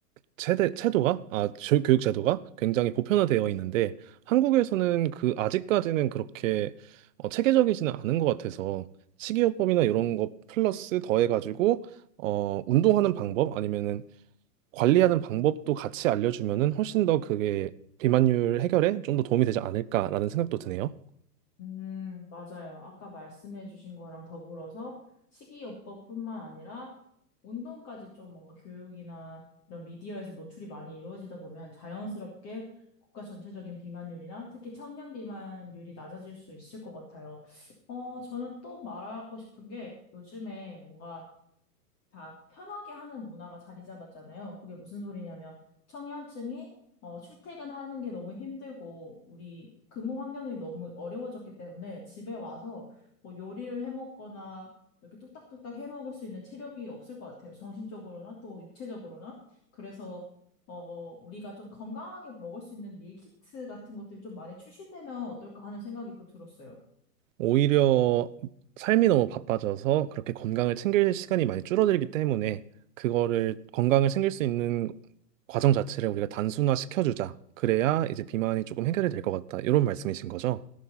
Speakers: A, on the right; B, on the left.
A: 체대, 체도가 아, 조- 교육 제도가 굉장히 보편화되어 있는데 한국에서는 그 아직까지는 그렇게 어, 체계적이지는 않은 것 같아서 식이요법이나 이런 거 플러스 더해가지고 어, 운동하는 방법 아니면은 관리하는 방법도 같이 알려주면은 훨씬 더 그게 비만율 해결에 좀 더 도움이 되지 않을까라는 생각도 드네요.
B: 음, 맞아요. 아까 말씀해 주신 거랑 더불어서 식이요법뿐만 아니라 운동까지 좀 뭔가 교육이나 이런 미디어에서 노출이 많이 이루어지다 보면 자연스럽게 국가 전체적인 비만율이나 특히 청년 비만율이 낮아질 수 있을 것 같아요. 어, 저는 또 말하고 싶은 게 요즘에 뭔가 다 편하게 하는 문화가 자리 잡았잖아요. 그게 무슨 소리냐면 청년층이 어, 출퇴근하는 게 너무 힘들고 우리 근무 환경이 너무 어려워졌기 때문에 집에 와서 뭐 요리를 해 먹거나 이렇게 뚝딱뚝딱 해 먹을 수 있는 체력이 없을 것 같아요. 정신적으로나 또 육체적으로나. 그래서 어, 우리가 좀 건강하게 먹을 수 있는 밀키트 같은 것들이 좀 많이 출시되면 어떨까 하는 생각이 또 들었어요.
A: 오히려 삶이 너무 바빠져서 그렇게 건강을 챙길 시간이 많이 줄어들기 때문에 그거를 건강을 챙길 수 있는 과정 자체를 우리가 단순화 시켜주자. 그래야 이제 비만이 조금 해결이 될 것 같다. 이런 말씀이신 거죠?